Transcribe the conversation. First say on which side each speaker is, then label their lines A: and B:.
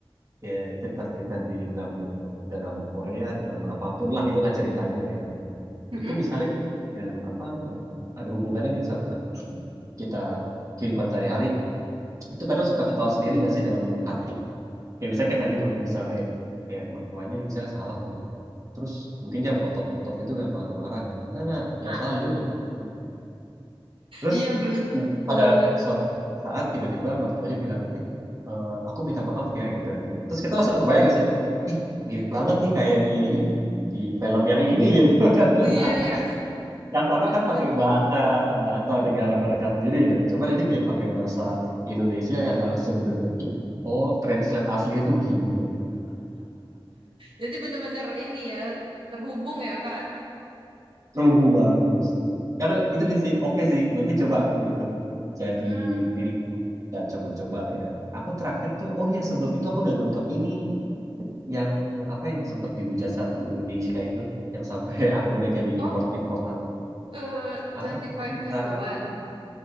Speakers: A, on the right (about 35°); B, on the right (about 70°).
A: ya cerita-cerita di drama drama Korea drama apapun lah itulah ceritanya lah ya
B: Mm-mm.
A: itu misalnya yang apa eh, ada hubungannya nih sama kita kehidupan sehari-hari itu kadang suka ketawa sendiri nggak sih dalam hati kayak misalnya kayak tadi tuh misalnya ya kayak mertuanya misalnya salah nih terus mungkin dia ngotot-ngotot gitu kan marah-marah kan enggak enggak yang
B: Nah,
A: salah lu kan gitu. Terus
B: Iya terus
A: mungkin
B: bener
A: pada
B: bener-bener
A: suatu saat tiba-tiba mertuanya bilang, eh, eh, aku minta maaf ya gitu kan. Terus kita langsung kebayang gak sih? Ih, mirip banget nih kayak di ini di film yang ini gitu kan. <laughs>
B: iya iya
A: Yang sana kan
B: Ben-
A: pakai bahasa bahasa negara mereka sendiri kan. Cuman ini kayak pakai bahasa Indonesia yang langsung bener-bener, ih, oh translate aslinya tuh begini
B: jadi bener-bener ini ya terhubung ya Kak
A: Rubuh banget buset. Ya kan, itu dia sih. Oke sih, nanti coba aku itu jadi
B: Hmm.
A: pilih kita coba-coba lah ya. Aku terakhir tuh, oh iya sebelum itu aku udah nonton ini yang apa yang sempat dihujat satu Indonesia itu yang sampai <laughs> akunnya kayak di
B: Oh,
A: report report apa,
B: eh, twenty
A: apa
B: five
A: kita
B: twenty one